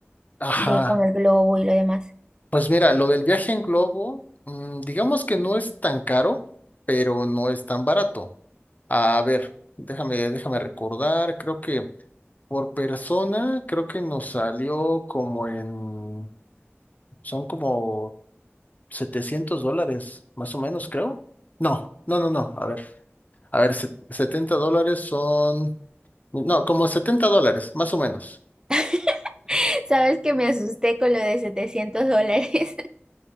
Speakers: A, on the left; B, on the right.
A: Ajá,
B: de, con el globo y lo demás?
A: pues mira, lo del viaje en globo, mm, digamos que no es tan caro, pero no es tan barato. A ver, déjame, déjame recordar, creo que por persona, creo que nos salió como en, son como 700 dólares, más o menos, creo. No, no, no, no, a ver, a ver, se- 70 dólares son, no, como 70 dólares, más o menos.
B: <laughs> ¿Sabes que me asusté con lo de 700 dólares?